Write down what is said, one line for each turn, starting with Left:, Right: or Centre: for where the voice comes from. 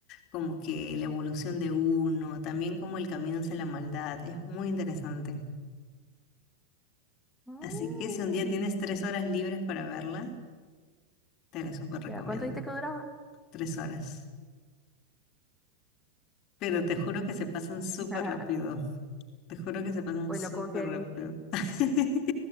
Left: como que la evolución de uno, también como el camino hacia la maldad, es muy interesante.
Centre: Mm.
Left: Así que si un día tienes tres horas libres para verla, te la súper recomiendo.
Centre: ¿Ya cuánto dijiste que duraba?
Left: Tres horas. Pero te juro que se pasan súper
Centre: Ajá.
Left: rápido.
Centre: <laughs>
Left: Te juro que se pasan
Centre: Bueno,
Left: súper
Centre: confiar
Left: rápido.
Centre: en ti.
Left: <laughs>